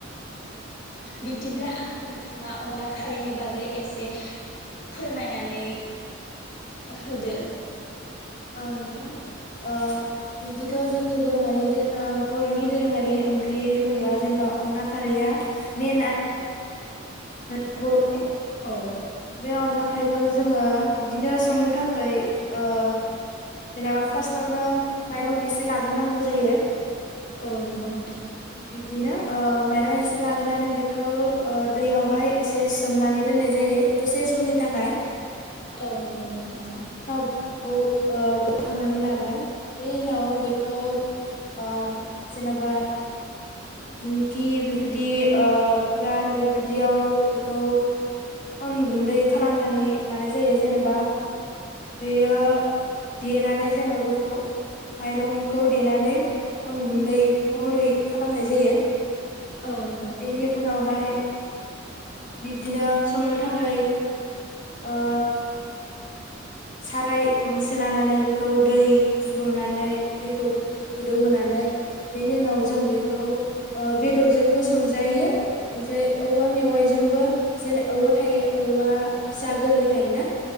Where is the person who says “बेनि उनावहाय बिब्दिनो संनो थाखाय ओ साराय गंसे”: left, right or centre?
Left